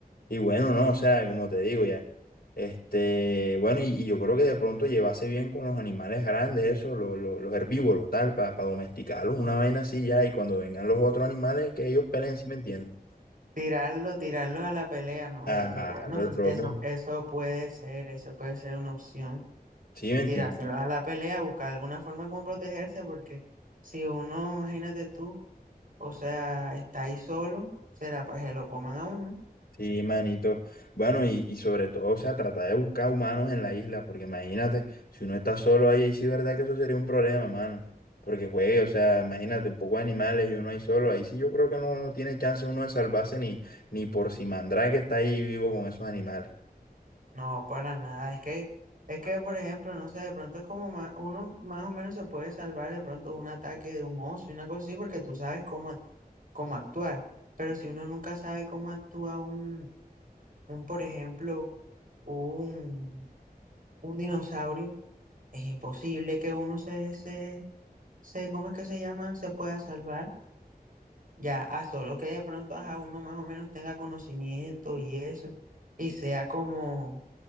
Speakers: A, on the left (about 70°); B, on the right (about 60°).
A: Y bueno, no, o sea, como te digo ya, este, bueno, y, y yo creo que de pronto llevase bien con los animales grandes, eso, lo- lo- los herbívoros, tal, para domesticarlos, una vaina así ya, y cuando vengan los otros animales, que ellos peleen, ¿sí me entienden?
B: Tirarlo, tirarlo a la pelea, ¿no? De-
A: Ajá,
B: lo- bueno,
A: el
B: eso,
A: propio.
B: eso eso puede ser, eso puede ser una opción.
A: Sí, me entiendes.
B: Tirárselos a la pelea, buscar alguna forma como protegerse, porque si uno, imagínate tú, o sea, está ahí solo, será para que lo coman a uno.
A: Sí, manito. Bueno, y, y sobre todo, o sea, tratar de buscar humanos en la isla, porque imagínate, si uno está solo ahí, ahí sí, verdad que eso sería un problema, mano. Porque juegue, o sea, imagínate, un poco de animales y uno ahí solo, ahí sí yo creo que no, no tiene chance uno de salvarse ni, ni por si Mandrake está ahí vivo con esos animales.
B: No, para nada. Es que, es que, por ejemplo, no sé, de pronto es como ma- uno más o menos se puede salvar de pronto de un ataque de un oso y una cosa así, porque tú sabes cómo, act- cómo actuar. Pero si uno nunca sabe cómo actúa un, un, por ejemplo, un, un dinosaurio, es imposible que uno se, se, se, ¿cómo es que se llama? Se pueda salvar. Ya, a solo que de pronto a uno más o menos tenga conocimiento y eso, y sea como